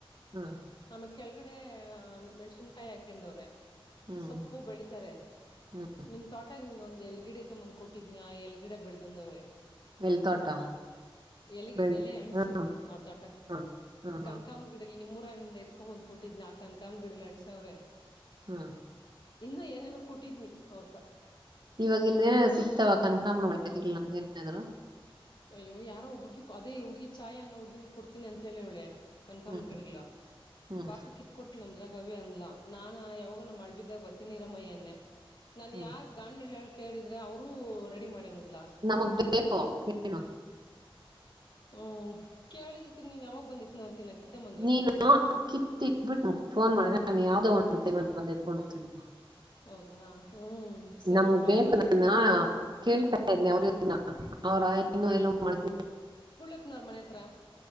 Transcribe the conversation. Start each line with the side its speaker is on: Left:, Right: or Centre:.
Right: ಹಾ
Left: ಆಮೇಲೆ ಕೆಳಗಡೆ ಮೆಣ್ಸಿನ್ಕಾಯಿ ಹಾಕನ್ವ್ರೆ
Right: ಹ್ಮ್
Left: ಸೊಪ್ಪು ಬೆಳಿತಾರೆ
Right: ಹ್ಮ್
Left: ನಿಮ್ ತೋಟಗಂದ ಒಂದ್ ಎಲ್ ಗಿಡ ಐತೆ ಮಂದ್ಕ ಕೊಟ್ಟಿದ್ನಿ ಆ ಎಲ್ ಗಿಡ ಬೆಳ್ದಂದವ್ರೆ
Right: ಎಲ್ ತೋಟ
Left: ಎಲೆಗೆ
Right: ಬೆಳ್
Left: ಎಲೆ ಅಂಸಿದ್ನಿ
Right: ಹ್ಮ್
Left: ಅವ್ರ ತೊಟಗ
Right: ಹ್ಮ್ ಹ್ಮ್ ಹ್ಮ್
Left: ಕನ್ಕ ಕಾಮ್ ಗಿಡಲಿ ನಿಮ್ಮೂರಿಂದ ಇತ್ಕೊಂಬಂದ್ ಕೊಟ್ಟಿದ್ ನಾಕನ್ ಕಾಮ್ ಗಿಡಿಲಿ ಅಂಸ್ರೆ
Right: ಹೂ
Left: ಇನ್ನ ಏನೇನ ಕೊಟ್ಟಿದ್ನಿ ಅವರ್ಕ
Right: ಇವಾಗ ಇಲ್ ಸಿಕ್ತಾವ ಕನಕಾಮನ ಒಳ್ಳೇತಿ ನಂಗ ಏನಾದ್ರು
Left: ಅಯ್ಯೋ ಯಾರೋ ಒಬ್ಬ ಹುಡ್ಗಿ ಅದೇ ಹುಡ್ಗಿ ಚಾಯ ಅನ್ನೋ ಹುಡ್ಗಿನನ ಕೊಡ್ತೀನಿ ಅಂತ ಹೇಳಿ ಒಳೆ ಕನ್ಕಾಮಗಗ್ಲಾ
Right: ಹ್ಮ್ ಹ್ಮ್
Left: ಬಾಕ ಕಿತ್ ಕೊಡ್ತನಿ ನಮ್ದ್ರಾಗೇ ಅನ್ಲ ನಾ ಯಾವಾಗ ನ ಮಳ ಬಿದ್ದಾಗ ಬತ್ತ ನೀರಮಯ್ಯನ್ನೇ ನಾನ್
Right: ಹ್ಮ್
Left: ಯಾರ್ ಗಾಂಡ್ಲೆಳ್ಳ ಹಳ್ಕ ಹೇಳಿದ್ರೆ ಅವರುೂ ರೆಡಿ ಮಾಡೇನದಲಾ
Right: ನಮಗ್ ಬೇಕು ಹೇಳನು
Left: ಹಹೂ ಕೇಳಿದ್ರತಿರಿ ನೀನ್ ಯಾವಾಗ ಬಂದಿತ್ನ ಅಂತಿನ ಕಿತ್ತಂಬಂದ್ರೆ
Right: ನೀನು ಕಿತ್ತಿಟ್ಬಿಟ್ಟು ಫೋನ್ ಮಾಡಿದ್ರೆ ನಾನು ಯಾವುದೋ ಒಂದು ಟೈಮ್ ಬಂದಿ ಇಕೊಂಡು ಹೋಗ್ತೀನಿ
Left: ಹೌದಾ ಹ್ಮ್ ಸರಿ
Right: ನಮಗ್
Left: ಬಿಡು
Right: ಬೇಕು
Left: ಆಯ್ತು ಕಿತ್ತ
Right: ನಾನ ಕೇಳ್ತಾ ಇದ ಇದನಿ ಅವರುನ ಅವ್ರ ಇನ್ನು ಎ ಮಾಡ್
Left: ನೋರ್ ಮನೆ ಹತ್ರ